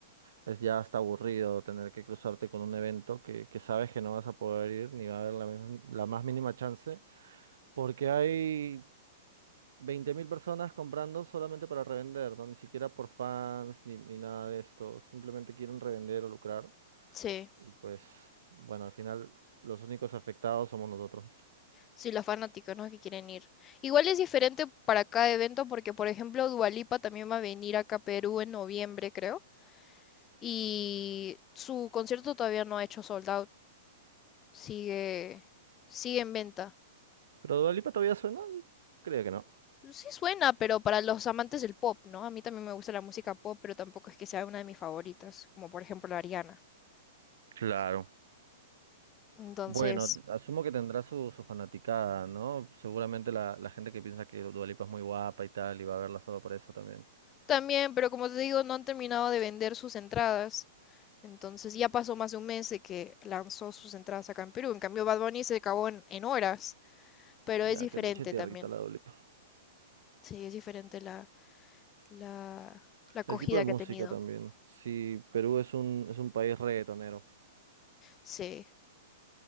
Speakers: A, on the right (about 75°); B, on the left (about 20°).
A: es ya hasta aburrido tener que cruzarte con un evento que, que sabes que no vas a poder ir ni va a haber la, misma- la más mínima chance porque hay 20.000 personas comprando solamente para revender, ¿no? Ni siquiera por fans ni, ni nada de esto. Simplemente quieren revender o lucrar
B: Sí.
A: y pues bueno, al final los únicos afectados somos nosotros.
B: Sí, los fanáticos, ¿no? Que quieren ir. Igual es diferente para cada evento porque, por ejemplo, Dua Lipa también va a venir acá a Perú en noviembre, creo. Y su concierto todavía no ha hecho sold out. Sigue, sigue en venta.
A: ¿Pero Dua Lipa todavía suena? Creo que no.
B: Sí suena, pero para los amantes del pop, ¿no? A mí también me gusta la música pop, pero tampoco es que sea una de mis favoritas, como por ejemplo la Ariana.
A: Claro.
B: Entonces,
A: Bueno, asumo que tendrá su, su fanaticada, ¿no? Seguramente la, la gente que piensa que Dua Lipa es muy guapa y tal, y va a verla solo por eso también.
B: También, pero como te digo, no han terminado de vender sus entradas. Entonces ya pasó más de un mes de que lanzó sus entradas acá en Perú. En cambio, Bad Bunny se acabó en, en horas, pero
A: Ya,
B: es diferente
A: que le eche tierrita
B: también.
A: a la Dua Lipa.
B: Sí, es diferente la, la, la acogida
A: El tipo de música
B: que ha tenido.
A: también. Sí, Perú es un, es un país reggaetonero.
B: Sí,